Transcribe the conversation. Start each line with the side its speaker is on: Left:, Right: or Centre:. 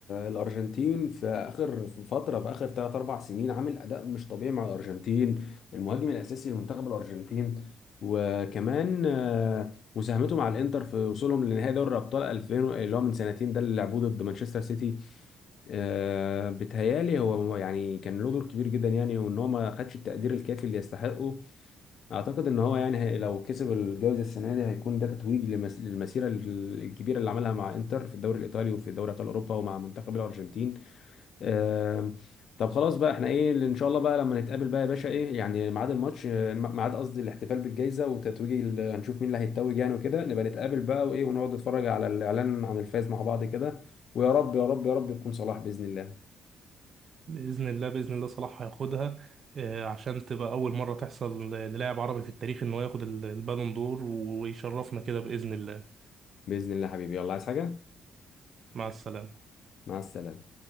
Left: الأرجنتين في آخر في فترة في آخر ثلاث أربع سنين عامل أداء مش طبيعي مع الأرجنتين المهاجم الأساسي لمنتخب الأرجنتين وكمان آه، مساهمته مع الإنتر في وصولهم لنهائي دوري الأبطال 2000 اللي هو من سنتين ده اللي لعبوه ضد مانشستر سيتي آه، بتهيالي هو هو يعني كان له دور كبير جدا يعني وإن هو ما خدش التقدير الكافي اللي يستحقه اعتقد ان هو يعني هي لو كسب الجائزه السنه دي هيكون ده تتويج لمس... للمسيره ال- الكبيره اللي عملها مع انتر في الدوري الايطالي وفي دوري ابطال اوروبا ومع منتخب الارجنتين آم، طب خلاص بقى احنا ايه اللي ان شاء الله بقى لما نتقابل بقى يا باشا ايه يعني ميعاد الماتش آه، ميعاد قصدي الاحتفال بالجائزه وتتويج ال- هنشوف مين اللي هيتوج يعني وكده نبقى نتقابل بقى وايه ونقعد نتفرج على الاعلان عن الفايز مع بعض كده ويا رب يا رب يا رب يكون صلاح باذن الله
Right: فباذن الله باذن الله صلاح هياخدها آه، عشان تبقى اول مرة تحصل للاعب عربي في التاريخ ان هو ياخد ال- البالون دور ويشرفنا كده باذن الله
Left: باذن الله حبيبي يلا عايز حاجه
Right: مع السلامة
Left: مع السلامه